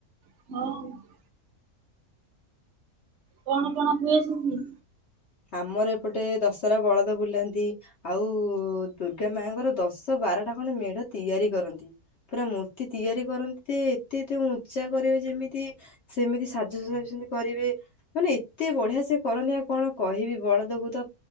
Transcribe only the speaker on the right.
ହଁ। କଣ କଣ ହୁଏ ସେଠି?